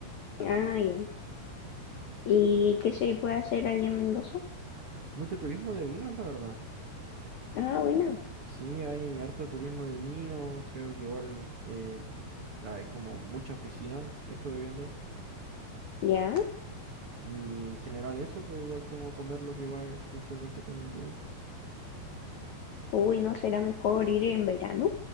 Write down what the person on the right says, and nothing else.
Mucho turismo de vinos, la verdad.
Sí, hay harto turismo de vinos. Creo que igual eh, hay como muchas piscinas, estuve viendo.
Y en general eso, pues igual como comer lo que va usualmente con un vino.